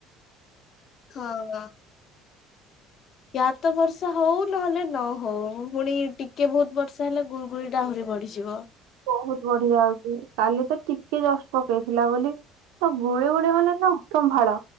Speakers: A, on the left (about 45°); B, on the right (about 90°).
A: ହଁ। ୟା ତ ବର୍ଷା ହଉ ନହେଲେ ନ ହଉ ପୁଣି ଟିକେ ବହୁତ ବର୍ଷା ହେଲେ ଗୁଳୁଗୁଳି ଟା ଆହୁରି ବଢିଯିବ।
B: ବହୁତ ବଢି ଯାଉଛି କାଲି ତ ଟିକେ ଜଷ୍ଟ ପକେଇଥିଲା ବୋଲି ତ ଗୁଳି ଗୋଳି ମାନେ ଅସମ୍ଭାଳ